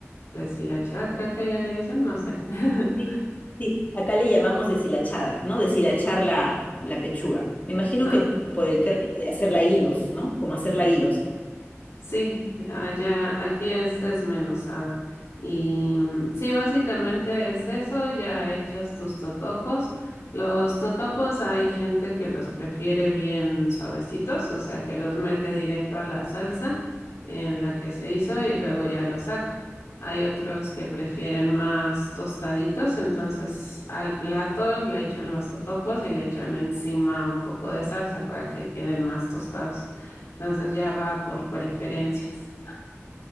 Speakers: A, on the left; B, on the left.
A: deshilachada, creo que ya le dicen, no sé. <laughs>
B: sí, sí. Acá le llamamos deshilachada, ¿no? Deshilachar la, la pechuga. Me imagino
A: Ajá.
B: que por el término de hacerla hilos, ¿no? Como hacerla hilos.
A: Sí, allá, aquí es desmenuzada. Y mm, sí, básicamente es eso, ya echas tus totopos. Los totopos hay gente que los prefiere bien suavecitos, o sea, que los mete directo a la salsa en la que se hizo y luego ya los saca. Hay otros que prefieren más tostaditos, entonces al plato le echan los totopos y le echan encima un poco de salsa para que queden más tostados. Entonces ya va por preferencias.